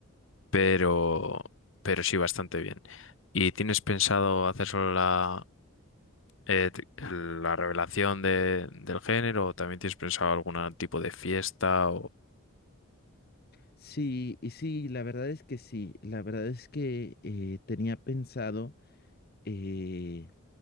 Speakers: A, on the left; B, on the left.
A: pero, pero sí bastante bien. ¿Y tienes pensado hacer solo la, eh, t- la revelación de- del género o también tienes pensado algún tipo de fiesta
B: Sí, y sí, la verdad es que sí. La verdad es que eh, tenía pensado, eh,